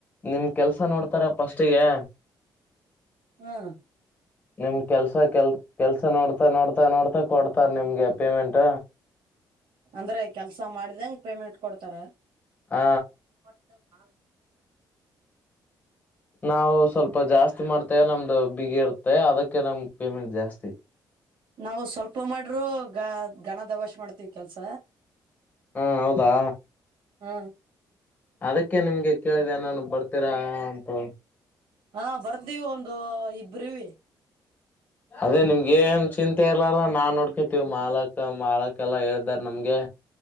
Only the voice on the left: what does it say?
ನಿಮ್ ಕೆಲ್ಸ ನೋಡ್ತಾರ ಪಫಸ್ಟಿಗೆ
ನಿಮ್ ಕೆಲ್ಸ ಕೆಲ್ ಕೆಲ್ಸ ನೋಡ್ತಾ ನೋಡ್ತಾ ನೋಡ್ತಾ ಕೊಡ್ತಾರ ನಿಮ್ಗೆ ಪೇಮೆಂಟ್
ಹ
ನಾವು ಸ್ವಲ್ಪ ಜಾಸ್ತಿ ಮಾಡ್ತೇವೆ ನಮ್ದು ಬಿಗಿ ಇರ್ತ್ತೆ ಅದಕ್ಕೆ ನಮ ಪೇಮೆಂಟ್ ಜಾಸ್ತಿ
ಹಾ ಹೌದಾ
ಅದಕ್ಕೆ ನಿಮ್ಗೆ ಕೇಳಿದೆನನ್ ಬರ್ತೀರಾ ಹ <inaudible>
ಅದೇ ನಿಮ್ಗೆ ಏನ್ ಚಿಂತೆ ಇರ್ಲಾರ ನಾವ್ ನೋಡ್ಕ ವು ಮಾಲಕ ಮಾಳ ಕ್ಕೆಲ್ಲಾ ಹೇ್ದಾರ ನಮ್ಗೆ